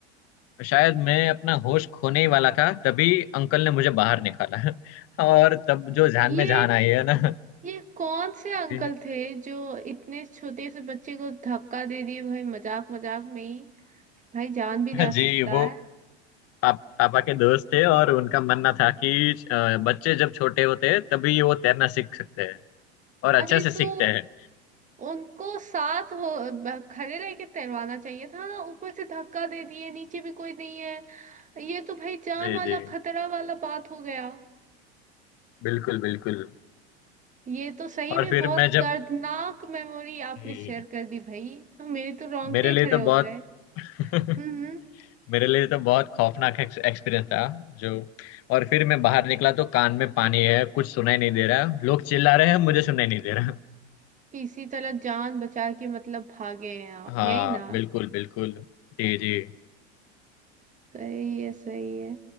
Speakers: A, on the left (about 45°); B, on the right (about 25°).
A: शायद मैं अपना होश खोने ही वाला था तभी अंकल ने मुझे बाहर निकाला <laughs> और तब जो जान
B: ये
A: में जान आई है ना
B: ये कौन से अंकल
A: जी,
B: थे जो इतने छोटे से बच्चे को धक्का दे दिए भाई मजाक मजाक में ही भाई जान भी जा
A: जी
B: सकता
A: वो
B: है
A: पाप, पापा के दोस्त थे और उनका मानना था कि अ, बच्चे जब छोटे होते हैं तभी वो तैरना सीख सकते हैं और अच्छे
B: अरे
A: से सीखते
B: तो
A: हैं
B: उनको साथ हो ब- खड़े रह के तैरवाना चाहिए था ना ऊपर से धक्का दे दिए नीचे भी कोई नहीं है ये तो भाई जान
A: जी
B: वाला
A: जी
B: खतरा वाला बात हो गया
A: बिल्कुल बिल्कुल
B: ये तो सही
A: और
B: में
A: फिर
B: बहुत
A: मैं
B: दर्दनाक
A: जब
B: मेमोरी आपने
A: जी,
B: शेयर कर दी भाई मेरे तो रोंगटे
A: मेरे लिए
B: खड़े
A: तो
B: हो
A: बहुत
B: गए
A: <laughs>
B: हम्म हम्म,
A: मेरे लिए तो बहुत खौफनाक एक्सपीरियंस था जो और फिर मैं बाहर निकला तो कान में पानी है कुछ सुनाई नहीं दे रहा लोग चिल्ला रहे हैं मुझे सुनाई नहीं दे रहा
B: किसी तरह जान बचा के मतलब भागे हैं आप
A: हाँ
B: यही ना
A: बिल्कुल बिल्कुल जी जी
B: सही है सही है